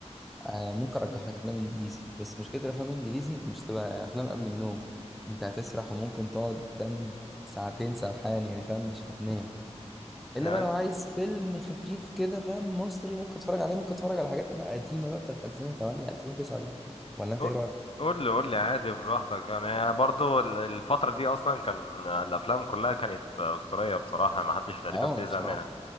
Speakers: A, in the centre; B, on the left.
A: آه ممكن ارجح لك افلام انجليزي بس مشكله الافلام الانجليزي مش تبقى افلام قبل النوم انت هتسرح وممكن تقعد فاهم ساعتين سرحان يعني فاهم مش هتنام الا
B: يعني
A: بقى لو عايز فيلم خفيف كده فاهم مصري ممكن تتفرج عليه ممكن تتفرج على حاجات بقى قديمه بقى بتاعت 2008 2009 دي ولا انت
B: قول
A: ايه رايك
B: قول لي قول لي عادي براحتك يعني برضو ال- الفترة دي أصلا كان الأفلام كلها كانت أسطورية بصراحة محدش تقريبا
A: اه
B: بيزهق
A: بصراحه
B: منها